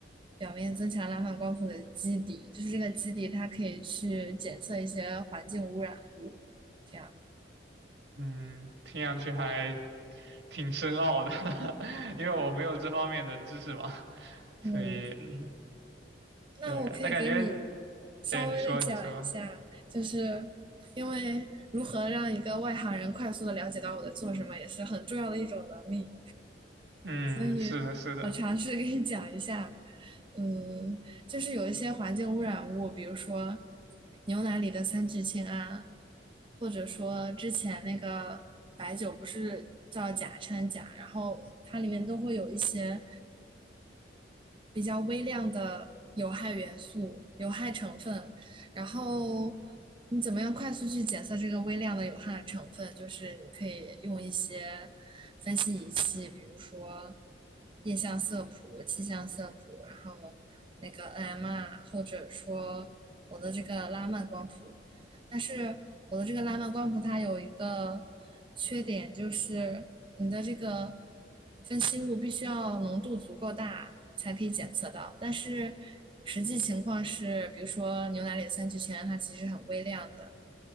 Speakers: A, on the right; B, on the right.
A: 表面增强拉曼光谱的基底，就是这个基底它可以去检测一些环境污染物，这样。
B: 嗯，听上去还挺深奥的，<laughs> 因为我没有这方面的知识嘛，所以嗯，
A: 嗯，那我可以给你
B: 对，那感觉
A: 稍微的讲一下，
B: 对你说你什么，
A: 就是因为如何让一个外行人快速的了解到我在做什么，也是很重要的一种能力。
B: 嗯，
A: 所以我尝试给你讲一下，
B: 是的，是的
A: 嗯，就是有一些环境污染物，比如说牛奶里的三聚氰胺，或者说之前那个白酒不是叫甲掺钾，然后它里面都会有一些比较微量的有害元素、有害成分，然后你怎么样快速去检测这个微量的有害成分？就是你可以用一些分析仪器，比如说液相色谱、气象色谱，然后那个 NMR，或者说我的这个拉曼光谱，但是我的这个拉曼光谱它有一个缺点，就是你的这个分析物必须要浓度足够大才可以检测到。但是实际情况是，比如说牛奶里的三聚氰胺，它其实很微量的，